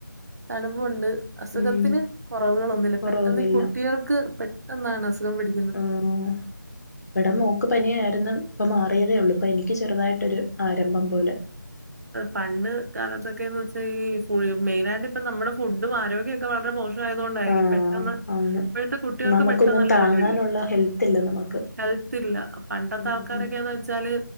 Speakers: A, on the right; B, on the left.
A: തണുപ്പുണ്ട്. അസുഖത്തിന്
B: ഉം
A: കൊറവുകളൊന്നുല്ല,
B: കുറവില്ല
A: പെട്ടെന്ന് ഈ കുട്ടികൾക്ക് പെ ട്ടൊന്നാണസുഖം പിടി
B: ആഹ് വട മോ ക്ക് പനിയായിരുന്നു. ഇപ്പ മാറിയതേ ഉള്ളൂ. ഇപ്പൊ എനിക്ക് ചെറുതായിട്ടൊരു ആരംഭം പോലെ.
A: പണ്ട് കാലത്തൊക്കെന്ന് വെച്ചാ ഈ ഫു മെയിനായിട്ട് ഇപ്പ നമ്മുടെ ഫുഡും ആരോഗ്യം ഒക്കെ വളരെ മോശ് യായതുകൊണ്ടായിരിക്കും.
B: ആഹ്
A: പെട്ടെന്ന്
B: ആണ്
A: ഇപ്പഴത്തെ കുട്ടികൾക്ക്
B: നമുക്കൊന്നും
A: പെട്ടെന്നല്ലേ
B: താങ്ങാനുള്ള
A: പനിപിടിക്ക
B: ഹെൽത്ത് ഇല്ല നമുക്ക്
A: ഹെൽത്തില്ല. പണ്ടത്തെ
B: ഉം
A: ആൾക്കാരൊക്കെന്ന് വെച്ചാല്